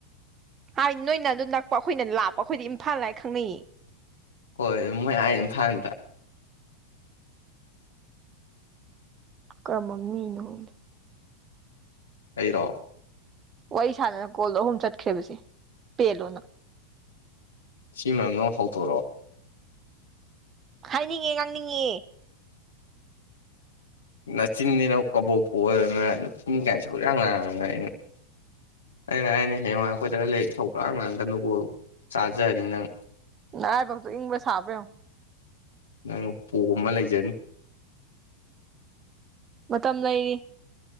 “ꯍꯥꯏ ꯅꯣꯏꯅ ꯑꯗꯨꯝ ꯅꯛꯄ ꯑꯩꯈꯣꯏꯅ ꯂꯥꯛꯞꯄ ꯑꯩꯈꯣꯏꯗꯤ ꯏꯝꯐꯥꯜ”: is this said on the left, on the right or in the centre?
Right